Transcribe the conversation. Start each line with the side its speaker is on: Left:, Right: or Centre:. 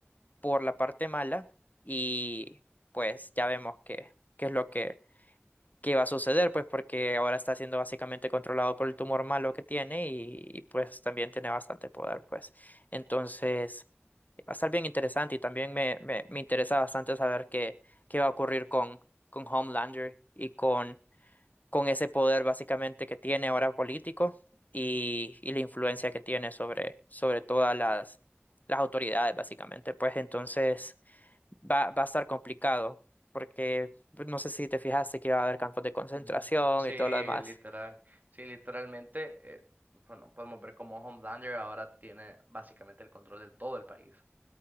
Left: por la parte mala y pues ya vemos que, qué es lo que, que va a suceder, pues porque ahora está siendo básicamente controlado por el tumor malo que tiene y, y, pues también tiene bastante poder, pues. Entonces, va a estar bien interesante y también me, me, me interesa bastante saber qué, qué va a ocurrir con, con Homelander y con con ese poder básicamente que tiene ahora político y, y la influencia que tiene sobre, sobre todas las, las autoridades básicamente. Pues entonces va, va a estar complicado porque pues, no sé si te fijaste que va a haber campos de concentración
Right: Ujú. Sí,
Left: y todo lo demás.
Right: literal. Sí, literalmente, eh, bueno, podemos ver cómo Homelander ahora tiene básicamente el control de todo el país.